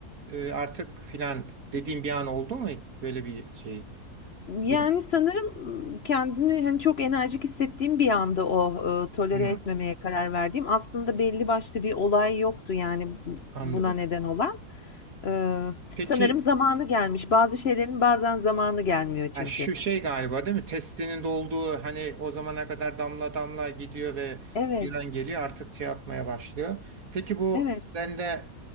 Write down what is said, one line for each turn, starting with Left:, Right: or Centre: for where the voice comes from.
Right: e, artık filan dediğim bir an oldu mu böyle bir şey
Left: Yani
Right: durum?
Left: sanırım, kendimi, hani, çok enerjik hissettiğim bir anda o, ııı, tolere
Right: Hı,
Left: etmemeye karar verdiğim, aslında belli başlı bir olay yoktu, yani, bu
Right: anladım.
Left: buna neden olan. Iıı,
Right: Peki
Left: sanırım zamanı gelmiş. Bazı şeylerin bazen zamanı gelmiyor çünkü.
Right: Ha, şu şey galiba değil mi? Testinin dolduğu hani o zamana kadar damla damla gidiyor ve
Left: Evet,
Right: giren geliyor artık şey yapmaya başlıyor. Peki bu
Left: evet.
Right: sende